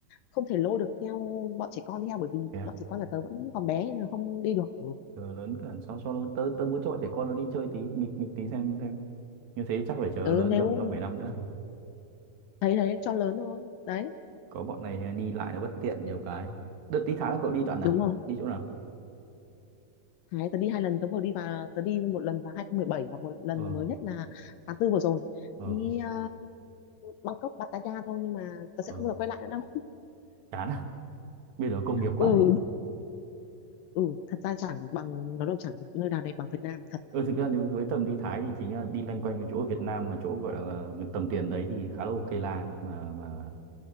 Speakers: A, on the left; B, on the right.
A: không thể lôi được theo bọn trẻ con theo bởi vì
B: thế à
A: bọn trẻ con nhà tớ vẫn còn bé nên là không đi được
B: Ờ, lớn cả sau sau đó tớ tớ muốn cho bọn trẻ con nó đi chơi tí nghịch nghịch tí xem xem như thế chắc phải chờ
A: ừ
B: lớn
A: nếu
B: tầm năm bảy năm nữa
A: thấy thấy cho lớn thôi đấy
B: có bọn này đi lại nó bất tiện nhiều cái đợt tí Thái là cậu đi đoạn nào
A: đúng rồi
B: đi chỗ nào
A: Đấy, tớ đi hai lần tớ vừa đi và tớ đi một lần vào 2017 và một lần
B: ờ
A: mới nhất là tháng tư vừa rồi
B: ờ
A: đi ờ, Bangkok Pattaya thôi nhưng mà tớ sẽ
B: ờ
A: không bao giờ quay lại nữa đâu
B: chán à bên đó công nghiệp quá
A: ừ
B: nhỉ
A: ừ thật ra chẳng bằng nó đâu chẳng nơi nào đẹp bằng Việt Nam thật
B: ừ thực ra nếu với tầm đi Thái thì chính là đi loanh quanh với chỗ Việt Nam mà chỗ gọi là ờ, tầm tiền đấy thì khá là ok là đấy. mà mà